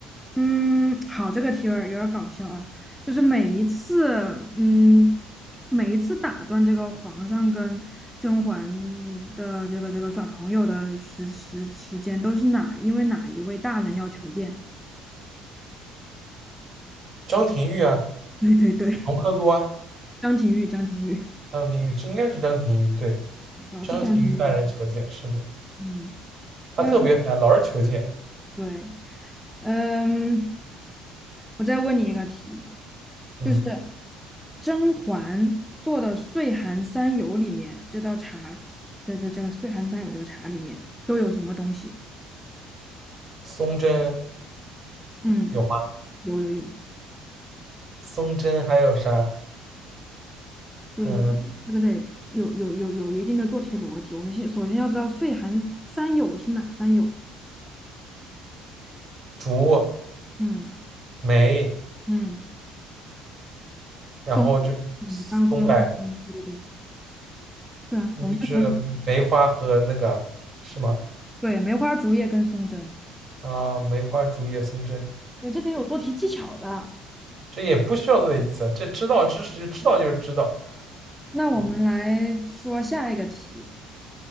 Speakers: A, in the centre; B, on the right.
A: 嗯，好，这个题有点有点搞笑啊，就是每一次，嗯，每一次打断这个皇上跟甄嬛的这个这个耍朋友的时时时间，都是哪因为哪一位大人要求见？
B: 张廷玉啊，
A: <laughs> 对对对，
B: 隆科多啊，
A: 张廷玉，张廷玉，
B: 张廷玉，这应该是张廷玉，对，
A: 对老是张廷玉。
B: 张廷玉大人求见，是的，
A: 嗯
B: 他特别烦，
A: 嗯，
B: 老是求见。
A: 对，嗯，我再问你一个题，
B: 嗯，
A: 就是甄嬛做的岁寒三友里面，这道茶的的这个岁寒三友这个茶里面都有什么东西？
B: 松针
A: 嗯，
B: 有吗？
A: 有有有，
B: 松针还有啥？
A: 对，
B: 嗯，
A: 有这个得有有有有一定的做题逻辑。我们先首先要知道岁寒三友是哪三友？
B: 竹
A: 嗯
B: 梅。
A: 嗯，
B: 然后就松柏
A: 松，嗯，刚刚说的松针，对对对，对啊，
B: 就是梅花和那个是吗？
A: 我们就从对梅花竹叶跟松针。
B: 啊，梅花竹叶松针，
A: 对，这得有做题技巧的。
B: 这也不需要做笔记啊，这知道知识就知道就是知道，
A: 那我们来说下一个题。
B: 嗯